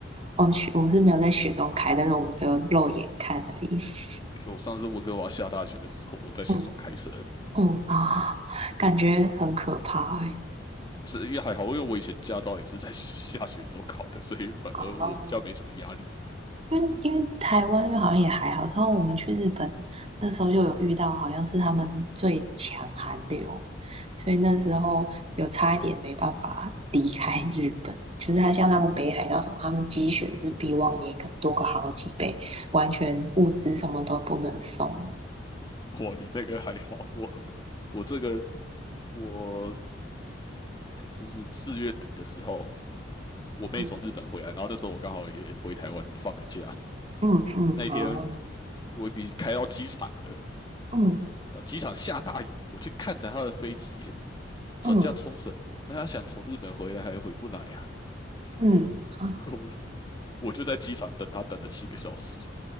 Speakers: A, on the right; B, on the left.
A: 哦雪我是没有在雪中开，但是我们只有肉眼看而已。<laughs>
B: 我上次温哥华下大雪的时候，我在雪中开车，
A: 嗯嗯啊，感觉很可怕欸。
B: 这也还好，因为我以前驾照也是在下雪的时候考的，所以反而我比较没什么压力。
A: 哦，因为因为台湾因为好像也还好，之后我们去日本那时候又有遇到，好像是他们最强寒流，所以那时候有差一点没办法离开日本。就是他像他们北海道什么，他们积雪是比往年可能多个好几倍，完全物资什么都不能送。
B: 哇，你那个还好，我我这个我诶这是四月底的时候，我妹从日本回来，
A: 嗯
B: 然后那时候我刚好也回台湾放个假。
A: 嗯嗯，
B: 那一天
A: 哦，
B: 我已经开到机场了，
A: 嗯
B: 呃，机场下大雨，我就看着他的飞机转降冲绳，
A: 嗯
B: 那他想从日本回来还回不来呀、
A: 嗯啊
B: 啊，<laughs> 我我就在机场等他，等了七个小时